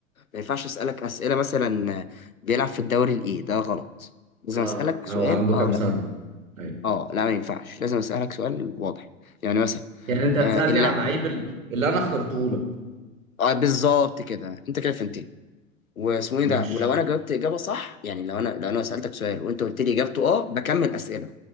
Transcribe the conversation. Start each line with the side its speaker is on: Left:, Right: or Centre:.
Left: ما ينفعش اسالك اسئله مثلا بيلعب في الدوري الايه ده غلط لازم
Right: اه
Left: اسالك سؤال
Right: هو عنده
Left: اه
Right: كام
Left: ولا
Right: سنة ايوه
Left: اه لا ما ينفعش لازم اسالك سؤال واضح يعني مثلا
Right: يعني انت هتسألني
Left: آه الل-
Right: على اللعيب ال- اللي انا اخترته لك
Left: آه بالظبط كده انت كده فهمتني واسمه ايه
Right: ماشي
Left: ده ولو انا جاوبت اجابه صح يعني لو انا لو انا سالتك سؤال وانت قلت لي اجابته اه بكمل اسئله